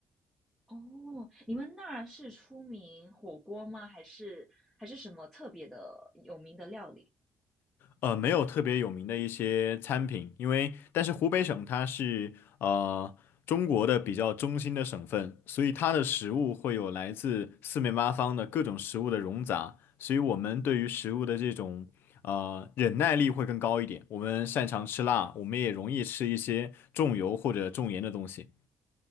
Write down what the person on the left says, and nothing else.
呃，没有特别有名的一些餐品，因为但是湖北省它是呃中国的比较中心的省份，所以它的食物会有来自四面八方的各种食物的融杂，所以我们对于食物的这种呃忍耐力会更高一点。我们擅长吃辣，我们也容易吃一些重油或者重盐的东西。